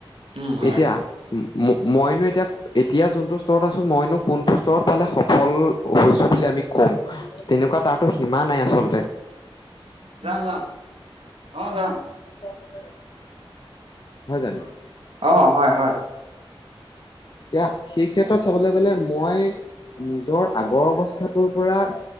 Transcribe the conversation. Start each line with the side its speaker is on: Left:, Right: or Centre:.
Right: উম হয়
Left: এতিয়া ম ম মইনো এতিয়া এতিয়া যোনটো স্তৰত আছো মইনো কোনটো স্তৰত পালে সফল হৈছো বুলি আমি কম। তেনেকুৱা এটাটো সীমা নাই আচল
Right: যাম যাম, অ যাম।
Left: <unintelligible> হয় জানো?
Right: অ হয় হয়।
Left: এতিয়া সেই ক্ষেত্ৰত চাবলে গলে মই নিজৰ আগৰ অৱস্থাটোৰ পৰা,